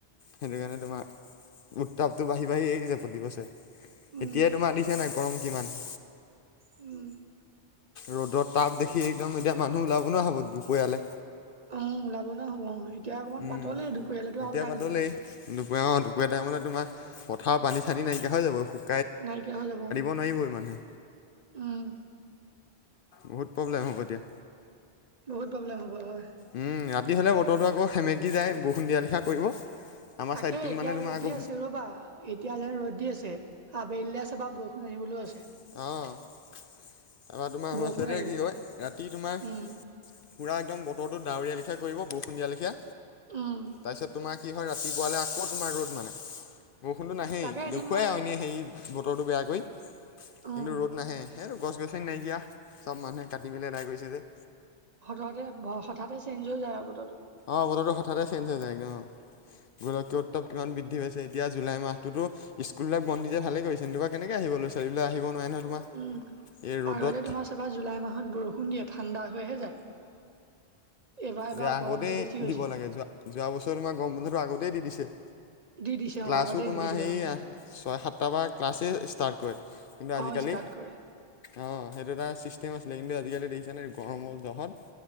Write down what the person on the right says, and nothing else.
উম,
উম
অ ওলাব নোৱাৰা হ'ব অ এতিয়া অকণমান
পাতলেই দুপৰীয়ালৈকে
আৰু টাইত
হব
নাইকিয়া হৈ যাব অ
উম
বহুত প্ৰব্লেম হ'ব হয়
তাকে
এতিয়া
ৰ'দ
দি আছে ৰ'বা এতিয়া যে ৰ'দ দি আছে আবেলিলে চাবা বৰষুণ আহিবলৈও আছে
বৰষুণ
আহিব
উম।
উম
তাকে এদিন
মই
উম
হঠতে ব হঠাতে চেঞ্জ হৈ যায় আৰু বতৰটো
উ
উম
আগতে তোমাৰ তাৰাপা জুলাই মাহত বৰষুণ দিয়ে ঠাণ্ডা হৈহে যায় এইবাৰ এবাৰ
গৰমটো বেছি হৈছে
দি দিছে
অ আগতে
দি দিছিলে
গম
অ ষ্টাৰ্ট কৰে